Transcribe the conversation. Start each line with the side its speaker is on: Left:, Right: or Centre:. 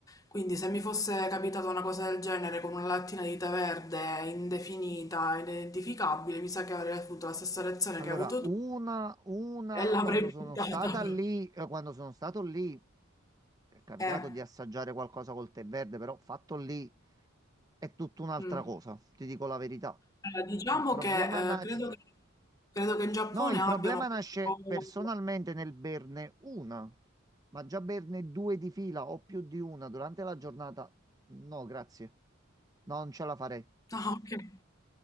Left: Quindi se mi fosse capitata una cosa del genere con una lattina di tè verde indefinita, inidentificabile, mi sa che avrei avuto la stessa reazione
Right: Allora,
Left: che hai avuto
Right: una,
Left: tu
Right: una,
Left: e l'avrei
Right: quando sono
Left: buttata.
Right: stata lì, eh, quando sono stato lì, è capitato
Left: Eh,
Right: di assaggiare qualcosa col tè verde, però fatto lì è tutta un'altra
Left: mm.
Right: cosa, ti dico la verità.
Left: Allora, diciamo
Right: Il problema
Left: che,
Right: nasce,
Left: eh, credo che, credo che in Giappone
Right: No, il
Left: abbiano...
Right: problema nasce
Left: proprio-
Right: personalmente nel berne una, ma già berne due di fila o più di una durante la giornata. No, grazie. No, non ce la farei.
Left: Ah, <laughs> ok.